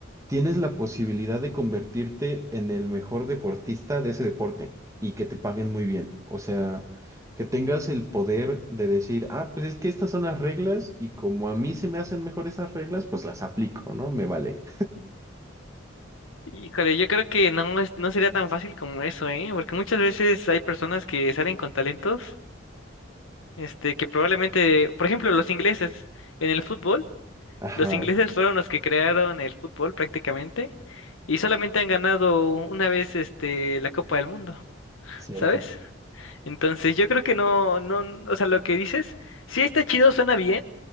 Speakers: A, on the right; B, on the left.
A: tienes la posibilidad de convertirte en el mejor deportista de ese deporte y que te paguen muy bien. O sea, que tengas el poder de decir, ah, pues es que estas son las reglas y como a mí se me hacen mejor esas reglas, pues las aplico, ¿no? Me vale.
B: Híjole, yo creo que no, es- no sería tan fácil como eso, ¿eh? Porque muchas veces hay personas que salen con talentos. Este, que probablemente, por ejemplo, los ingleses en el fútbol,
A: Ajá,
B: los ingleses fueron los que crearon el fútbol prácticamente y solamente han ganado una vez este la Copa del Mundo,
A: Cierto.
B: ¿sabes? Entonces, yo creo que no no, o sea, lo que dices, sí está chido, suena bien,